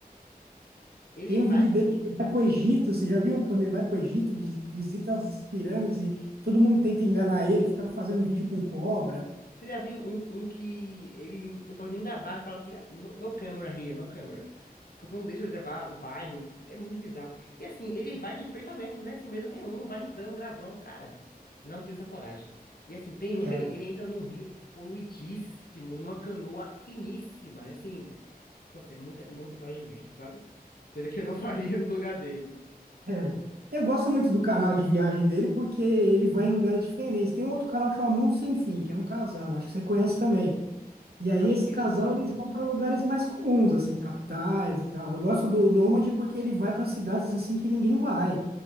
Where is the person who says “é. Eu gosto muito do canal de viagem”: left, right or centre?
Right